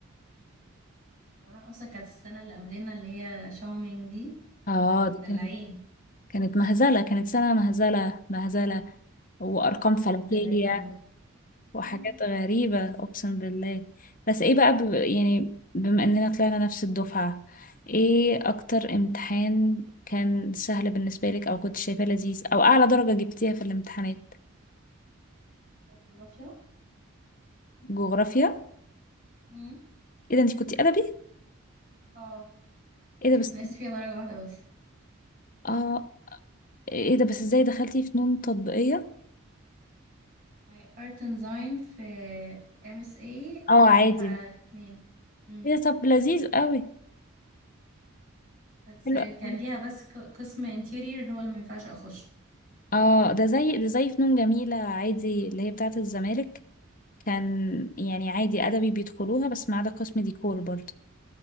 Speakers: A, on the right; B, on the left.
A: كمان اصلا كانت السنة اللي قبلنا اللي هي شاومينج دي
B: اه
A: كانوا مدلعين
B: دي كانت كانت مهزله كانت سنه مهزله مهزله وارقام
A: بس كانوا
B: فلكيه
A: متدلعين والله
B: وحاجات
A: اه
B: غريبة أقسم بالله بس إيه بقى ب... يعني بما إننا طلعنا نفس الدفعة إيه أكتر امتحان كان سهل بالنسبة لك أو كنت شايفاه لذيذ أو أعلى درجة جبتيها في الامتحانات
A: الجغرافيا
B: جغرافيا
A: امم
B: إيه ده أنت كنتي أدبي
A: اه جبت
B: إيه ده بس
A: ناقص فيها درجة واحدة بس
B: آه إيه ده بس إزاي دخلتي فنون تطبيقية
A: my art and design في MSA
B: آه عادي
A: تنفع الاتنين امم
B: إيه ده طب لذيذ قوي
A: بس
B: حلو
A: كان
B: قوي
A: ليها بس ق- قسم interior هو اللي مينفعش اخشه
B: آه ده زي ده زي فنون جميلة عادي اللي هي بتاعة الزمالك كان يعني عادي أدبي بيدخلوها بس ما عدا قسم ديكور برضه